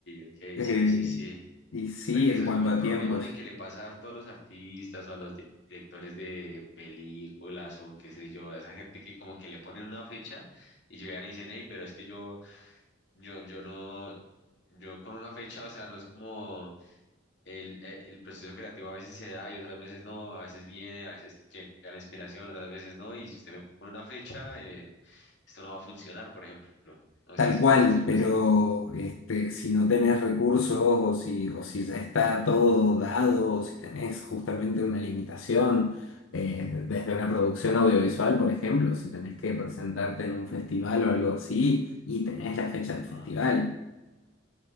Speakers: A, on the left; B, on the left.
A: ok,
B: Eh,
A: sí, sí, sí.
B: y sí,
A: Porque
B: en
A: eso
B: cuanto
A: es como el
B: a
A: problema,
B: tiempos,
A: ¿no? Y que le pasa harto a todos los artistas o a los di- directores de películas o qué sé yo, a esa gente que como que le ponen una fecha y llegan y dicen, hey, pero es que yo, yo, yo no, yo con una fecha, o sea, no es como el, eh, el proceso creativo a veces se da y otras veces no, a veces viene, a veces llega la inspiración, otras veces no, y si usted me pone una fecha, eh, esto no va a funcionar, por ejemplo. No
B: tal
A: sé si
B: cual,
A: te pasa algo
B: pero
A: así.
B: este, si no tenés recursos o si, o si ya está todo dado, o si tenés justamente una limitación, eh, desde una producción audiovisual, por ejemplo, si tenés que presentarte en un festival o algo así y tenés la fecha del festival,
A: Ah,